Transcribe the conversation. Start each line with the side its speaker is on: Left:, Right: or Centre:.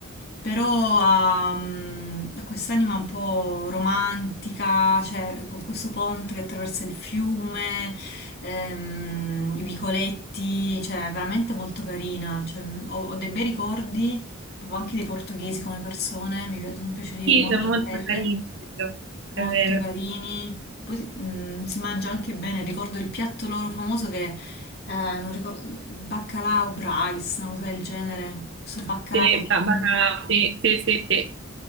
Left: però ha, mm, ha quest'anima un po' romantica, cioè con questo ponte che attraversa il fiume, ehm, i vicoletti, cioè è veramente molto carina, cioè, mm, ho ho dei bei ricordi, proprio anche dei portoghesi come persone, mi pi- sono piaciuti
Right: Sì,
Left: molto
Right: sono
Left: a
Right: molto
Left: pelle.
Right: carini, è vero.
Left: Molto
Right: È vero.
Left: carini. Poi si mm, si mangia anche bene. Ricordo il piatto loro famoso che eh, non ricordo, il baccalà o brice, una cosa del genere. Questo baccalà
Right: Se le-
Left: fatto
Right: ba-
Left: con.
Right: bacalà, sì, sì, sì, sì.